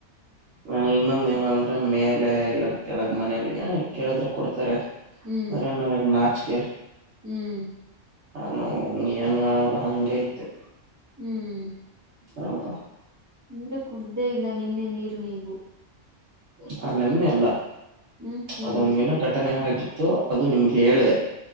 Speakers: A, on the right; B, on the right.
A: ನನಗೆ ಇನ್ನೊಂದು ಏನಂದ್ರೆ ಮೇಲೆ ಇಲ್ಲ ಕೆಳಗ್ ಮನಲಿ ಕೇಳಿದ್ರೆ ಕೊಡ್ತಾರೆ
B: ಹ್ಮ್ ಹ್ಮ್
A: ಆದ್ರೆ ನನಗ್ ನಾ ಚಿಗೆ
B: ಹ್ಮ್
A: ನಾನು ಏನ್ ಮಾಡೋದು ಹಂಗ ಇದ್ದೆ
B: ಹ್ಮ್
A: ಹೌದು
B: ಅಂದ್ರೆ ಕುಡ್ದೇ ಇಲ್ಲ ನಿನ್ನೆ ನೀರ್ ನೀವು
A: ಹಾ ನಿನ್ನೆ ಅಲ್ಲ
B: ಹ್ಮ್ ಮೊನ್ನೆ
A: ಅದೊಂದ ದಿನ ಘಟನೆ ಆಗಿತ್ತು ಅದು ನಿಮ್ಗೆ ಹೇಳ್ದ